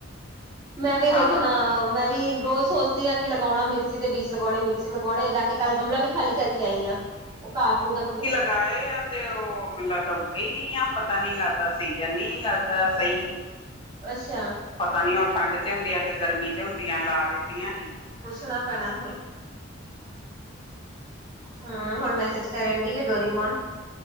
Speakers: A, on the right (about 20°); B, on the left (about 25°).
A: ਮੈਂ ਵੀ ਦੇਖਣਾ
B: ਹਾਂ
A: ਮੈਂ ਵੀ ਰੋਜ਼ ਸੋ ਆ ਕਿ ਲਗਾਉਣਾ ਮਿਰਚੀ ਦੇ ਬੀਜ ਲਗਾਉਣੇ ਮਿਰਚ ਲਗਾਉਣੇ ਜਾ ਕੇ ਕੱਲ ਗਮਲਾ ਵਿ ਖਾਲੀ ਕਰਕੇ ਆਈ ਆਂ ਉਹ ਘਾਹ ਘੂ ਦੇ ਫ
B: ੳਗਾਏ ਆ ਤੇ ਉਹ ਮੈਨੂੰ ਲੱਗਦਾ ਉੱਘੇ ਹੀ ਨੀ ਆ ਪਤਾ ਨੀ ਲੱਗਦਾ ਸੀਜਨ ਨੀ ਲੱਗਦਾ ਸਹੀ।
A: ਅੱਛਾ।
B: ਪਤਾ ਨੀ ਉਹ ਠੰਢ ਚ ਹੁੰਦੀਆਂ ਕਿ ਗਰਮੀ ਚ ਹੁੰਦੀਆਂ ਲਾ ਦਿੱ ਹਾਂ।
A: ਪੁੱਛਣਾ ਪੈਣਾ ਹੁਣ ਹਾ। ਹੁਣ ਮੈਸੇਜ ਕਰਨ ਦੀ ਏ ਡੋਰੀਮੋਨ